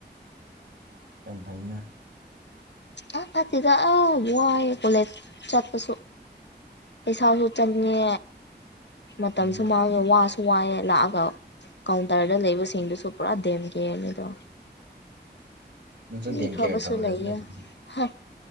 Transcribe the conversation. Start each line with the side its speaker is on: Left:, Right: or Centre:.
Right: ꯌꯥꯝ ꯐꯩꯅꯥ
Left: ꯑ ꯅꯠꯇꯤꯗ ꯑꯥ ꯋꯥꯏꯌ‌ꯦ ꯀꯣꯂꯦꯖ ꯆꯠꯄꯁꯨ ꯄꯩꯁꯥꯁꯨ ꯆꯪꯉꯦ ꯃꯇꯝꯁꯨ
Right: ꯎꯝ
Left: ꯃꯥꯡ ꯉ‌ꯦ ꯋꯥꯁꯨ ꯋꯥꯏꯌꯦ ꯂꯥꯛꯑꯒ ꯀꯥꯎꯟꯇꯔꯗ ꯂꯩꯕꯁꯤꯡꯗꯨꯁꯨ ꯄꯨꯔꯥ ꯗꯦꯝ ꯀꯤꯌꯔꯅꯤ ꯗꯣ
Right: ꯅꯪꯁꯨ
Left: ꯃꯤ
Right: ꯗꯦꯝ
Left: ꯐꯕꯁꯨ
Right: ꯀꯦꯌꯔ ꯇꯧꯔꯦꯗꯅ
Left: ꯂꯩꯌꯦ
Right: ꯑꯗꯨꯗꯤ
Left: ꯍ